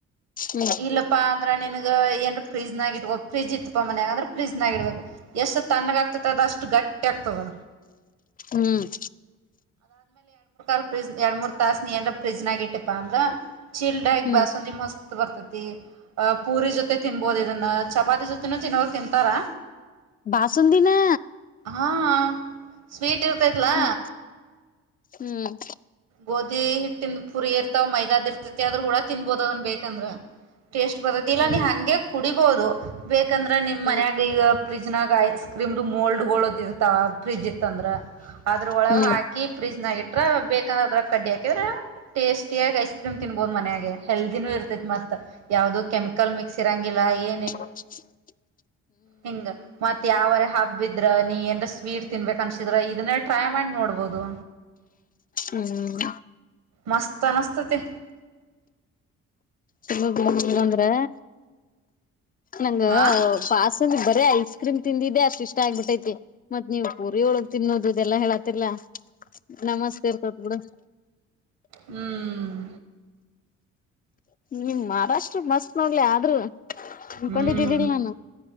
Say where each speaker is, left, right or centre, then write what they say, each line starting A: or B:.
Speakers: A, on the left; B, on the right.
A: ಹ್ಮ್
B: ಇಲ್ಲಪ್ಪಾ ಅಂದ್ರೆ ನಿನಗೆ ಏನ್ ಫ್ರಿಜ್ನಾಗ ಇಬೋ ಫ್ರಿಜ್ ಇತ್ತಪ್ಪ ಮನ್ಯಾಗ ಅಂದ್ರೆಫ್ರಿಜ್ನ ಆ ಇಡಬೇಕುಷ್ಟು ತನ್ಗ ಆಗ್ತ ಅದ ಅಷ್ಟು ಗಟ್ಟಿ ಆ ಹತ್ತವಾ
A: ಹ್ಮ್
B: ಲ್ ಫ್ರಿಜ್ ಎರಡ್ ಮೂರ್ ತಾಸನಏನ ಫ್ರಿಜ್ನಾಗ ಇಟ್ಟಪ್ಪ ಅಂದ್ರ ಚಿಲ್ಡ್ಗ್
A: ಹ್ಮ್
B: ಬಾಸುಂದಿ ಮಸ್ತ್ ಬರ್ತತಿ ಅಹ ಪೂರಿ ಜೊತೆ ತಿನ್ಬೋದು ಇದನ್ನ ಚಪಾತಿ ಜೊತೆನ ತಿನ್ನವಾಗ ತಿಂತಾರಾ
A: ಬಾಸಂದಿನ
B: ಹಾ ಸ್ವೀಟ್ ಇರ್ತೈತ್ಲಾ
A: ಹ್ಮ್ ಹ್ಮ್
B: ಗೋಧಿ ಹಿಟ್ಟಿಂದ ಪುರಿ ಇರ್ತಾವ ಮೈದಾದ್ ಇರ್ತತಿ ಆದದ್ರೂ ಕೂಡ ತಿನ್ಬೋದ ಅದನ್ ಬೇಕಂದ್ರ ಟೇಸ್ಟ್ ಬರ್ತಿ ಇಲ್ಲ
A: ಹ್ಮ್
B: ನೀ ಹಗೆ ಕುಡಿಬಹುದು ಬೇಕಂದ್ರೆ ನಿಮ್
A: ಹ್ಮ್
B: ಮನ್ಯಾಗ ಈಗ ಫಿಜ್ನಾಗ ಐಸ್ ಕ್ರೀಮ್ದು ಮೋಲ್ಡ್ ಹಗಳದ ಇರ್ತಾವ ಫ್ರಿಜ್ ಇತ್ತ ಅಂದ್ರ ಅದ್ರೊಳಗ್
A: ಹ್ಮ್
B: ಹಾಕಿ ಫ್ರಿಜ್ ನಾಗ ಇಟ್ರ ಬೇಕ ಯಾ್ರದ್ರ ಕಡ್ಡಿಕಿದ್ರೆಟೇಸ್ಟಿಯಾಗಿ ಐಸ್ ಕ್ರೀಮ್ ತಿನ್ಬಹದು ಮನ್ಯೆ ಹೆಲ್ದಿನೂ ಇರ್ತೈ ಮತ್ತತ್ ಯಾವವುದೋ ಕೆಮಿಕಲ್ ಮಿಕ್ಸ್ ಇರಂಗಿಲ್ಲ ಏ
A: ಹ
B: ಹಿಂಗ ಮತ್ ಯಾವರ ಹಬ್ಬಿದ್ರ ನೀ ಏನ್ ಸ್ವೀಟ್ ತಿನ್ಬೇಕ ಅನ್ಸಿದ್ರ ಇದನ್ನೇ ಟ್ರೈ ಮಾಡಿ ನೋಡ್ಬೋದು
A: ಹ್ಮ್
B: ಮಸ್ತ ನಸ್ತ ತ
A: ತುಂಬಾ ಅಂದ್ರೆ ನಂಗ
B: ಹಾ
A: ಬ ಸ ನೀ ಬರೀ ಐಸ್ ಕ್ರೀಮ್ ತಿಂದಿದ್ದೆ ಅಷ್ಟ ಇಷ್ಟ ಆಗ್ಬಿಟ್ಟೈತಿ ಮತ್ ನೀವು ಪೂರಿ ಒಳಗ್ ತಿನ್ನೋದು ಇದೆಲ್ಲ ಹೇಳತಿಲ್ಲಾ ನಮಸ್ಕಾರರ್ತತ್ ಕೂಡ
B: ಹ್ಮ್
A: ನಿಮ್ ಮಹಾರಾಷ್ಟ್ರ ಮಸ್ತ್ ನೋಡ್ಲಿ ಆದ್ರೂ ಅನ್ಕೊಂಡಿದ್ದಿದ್ದಿಲ್ಲ
B: ಹ್ಮ್
A: ನಾನು